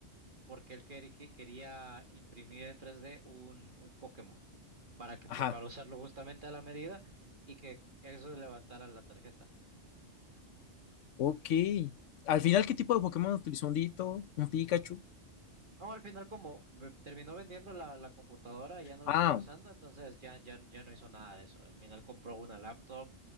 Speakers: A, on the right; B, on the left.
A: porque él quer- que- quería imprimir en 3D un, un Pokémon para que
B: ajá,
A: pa- para usarlo justamente a la medida y que eso levantara la tarjeta.
B: ok. Al final, ¿qué tipo de Pokémon utilizó? ¿Un Ditto? ¿Un Pikachu?
A: No, al final como ve- terminó vendiendo la, la computadora, ya no
B: Ah,
A: la siguió usando, entonces ya, ya, ya no hizo nada de eso. Al final compró una laptop